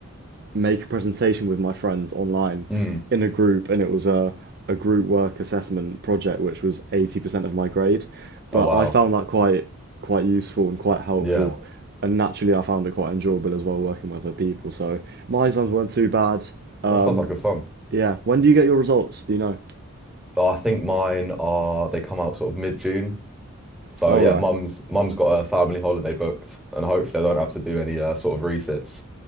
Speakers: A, on the right; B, in the centre.
A: make a presentation with my friends online
B: mm.
A: in a group, and it was a a group work assessment project which was 80% of my grade. But
B: Oh wow,
A: I found that quite quite useful and quite helpful,
B: yeah,
A: and naturally I found it quite enjoyable as well working with other people. So my exams weren't too bad. Um,
B: that sounds like good fun.
A: yeah. When do you get your results? Do you know?
B: I think mine are they come out sort of mid-June. So
A: Oh,
B: yeah,
A: right.
B: mum's mum's got a family holiday booked, and hopefully I don't have to do any uh, sort of resits,